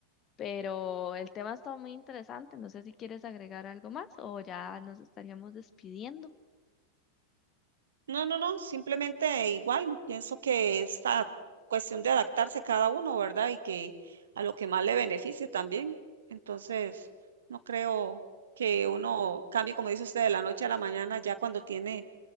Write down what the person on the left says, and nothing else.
Pero el tema está muy interesante. No sé si quieres agregar algo más o ya nos estaríamos despidiendo.